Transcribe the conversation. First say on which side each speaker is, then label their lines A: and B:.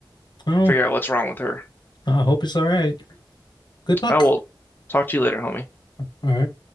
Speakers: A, on the left; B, on the left.
A: Oh,
B: figure out what's wrong with her.
A: I hope it's all right. Good luck.
B: I will talk to you later, homie.
A: All right.